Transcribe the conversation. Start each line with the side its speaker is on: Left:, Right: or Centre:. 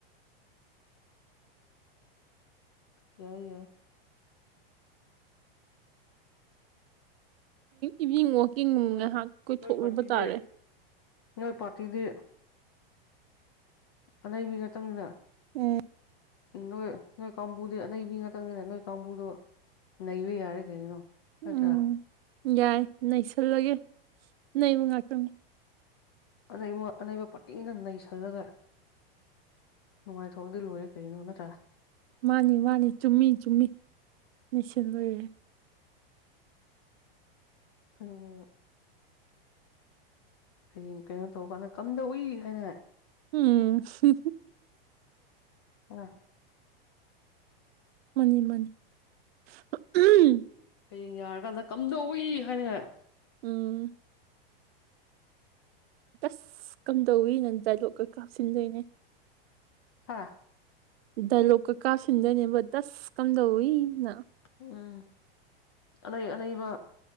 Left: ꯌꯥꯏ ꯌꯥ
Right: ꯏꯚꯤꯅꯤꯡ ꯋꯥꯋꯀꯤꯡ
Left: ꯅꯣꯏ
Right: ꯉꯥꯏꯍꯥꯛ ꯀꯣꯏꯊꯣꯛꯂꯨꯕ
Left: ꯅꯣꯏ ꯄꯥꯔꯇꯤꯗꯤ
Right: ꯇꯥꯔꯦ
Left: ꯅꯣꯏ ꯄꯥꯔꯇꯤꯗꯤ ꯑꯅꯩꯕꯤ ꯅꯥꯛꯇꯪꯅꯤꯅ
Right: ꯎꯝ
Left: ꯅꯣꯏ ꯅꯣꯏ ꯀꯥꯡꯕꯨꯗꯤ ꯅꯅꯩꯕꯤ ꯉꯥꯛꯇꯪꯅꯤꯅ ꯅꯣꯏ ꯀꯥꯡꯕꯨꯗꯣ ꯅꯩꯕ ꯌꯥꯔꯦ ꯀꯔꯤꯅꯣ
Right: ꯎꯝ
Left: ꯑꯆꯥ
Right: ꯌꯥꯏ ꯅꯩꯁꯜꯂꯒꯦ ꯅꯕꯨ ꯉꯥꯛꯇꯅꯤ
Left: ꯑꯅꯩ ꯑꯅꯩꯕ ꯄꯥꯇꯤꯡꯗ ꯅꯩꯁꯜꯂꯒ ꯅꯨꯡꯉꯥꯏꯊꯣꯛꯑꯗꯤ ꯂꯣꯏꯔꯦ ꯀꯔꯤꯅꯣ ꯅꯠꯇ꯭ꯔꯥ
Right: ꯃꯥꯅꯤ ꯃꯥꯅꯤ ꯆꯨꯝꯃꯤ ꯆꯨꯝꯃꯤ ꯅꯨꯡꯁꯤ ꯑꯣꯏꯣꯏꯔꯦ
Left: ꯑꯣ ꯍꯌꯦꯡ ꯀꯩꯅꯣ ꯇꯧꯔꯀꯥꯟꯗ ꯀꯝꯗꯧ ꯎꯏ ꯍꯥꯏꯅ
Right: ꯎꯝ ꯁꯤ
Left: ꯑ
Right: ꯃꯥꯅꯤ ꯃꯥꯅꯤ <unintelligible>
Left: ꯍꯌꯦꯡ ꯌꯥꯔꯀꯥꯟꯗ ꯀꯝꯗꯧꯏ ꯍꯥꯏꯅꯤꯡꯉꯥꯏ
Right: ꯎꯝ ꯁ ꯀꯝꯗꯧꯋꯤꯅ ꯗꯥꯏꯂꯣꯛ ꯀꯩ ꯀꯥ ꯁꯤꯟꯗꯣꯏꯅꯦ
Left: ꯍꯥ
Right: ꯗꯥꯏꯂꯣꯛ ꯀ ꯀꯥꯞꯁꯤꯟꯗꯣꯏꯅꯦꯕ ꯗꯁ ꯀꯝꯗꯧꯋꯤꯅ
Left: ꯎꯝ ꯑꯅꯩ ꯑꯅꯩꯕ